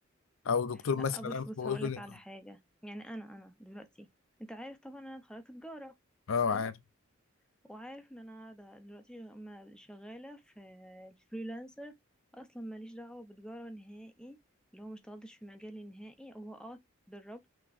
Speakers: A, on the left; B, in the centre.
A: او دكتور
B: لا
A: مثلا
B: بص
A: انف
B: بص
A: واذن
B: هقولك على حاجة يعني انا انا دلوقتي انت عارف طبعا انا اتخرجت تجارة
A: اه
B: تمام
A: عارف
B: وعارف ان انا ده دلوقتي ما- شغالة في الفريلانسر اصلا ماليش دعوة بتجارة نهائي اللي هو ما اشتغلتش في مجالي نهائي هو اه اتدربت